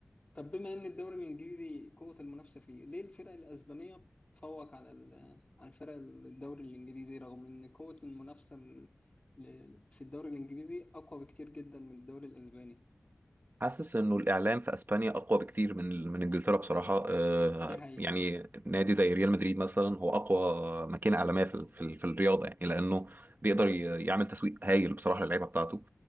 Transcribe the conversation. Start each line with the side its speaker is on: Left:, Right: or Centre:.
Left: طب بما ان الدوري الانجليزي قوة المنافسة فيه ليه الفرق الاسبانية بتفوق على ال- على الفرق الدوري الانجليزي رغم ان قوة المنافسة ال- ل- في الدوري الانجليزي اقوى بكتير جدا من الدوري الاسباني
Right: حاسس انه الاعلام في اسبانيا اقوى بكتير من من انجلترا بصراحه آه،
Left: دي حقيقة
Right: يعني نادي زي ريال مدريد مثلا هو اقوى ماكينه اعلاميه في ال- في ال- في الرياضه يعني لانه بيقدر ي- يعمل تسويق هايل بصراحه للعيبه بتاعته